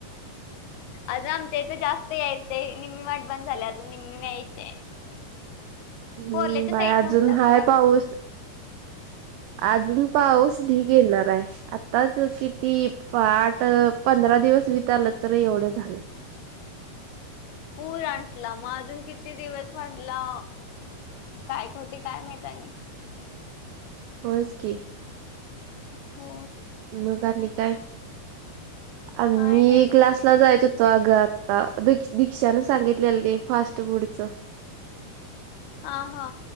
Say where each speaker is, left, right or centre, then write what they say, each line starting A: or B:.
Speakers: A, on the left; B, on the right.
A: आजम तर जास्त यायच निम्मी वाट बंद झाल्या अजून निम्मी व्यायचे
B: हम्म
A: पोरल्याच्या
B: बाय
A: साईड
B: अजून
A: नव्हता
B: हाय
A: ग
B: पाऊस. अजून पाऊस ढीघ येणार य आताच किती आठ पंधरा दिवस विचारलं तर एवढे झाले <inaudible>
A: पूर आणला मग अजून किती दिवस वाटला कायते काय माहता
B: होॉयस्की
A: हो
B: म काय आ मी
A: काय नाही बघ
B: क्लासला जायचो ग आता द दीक्षा न सांगितलेलं फास्ट फूडच
A: हा हा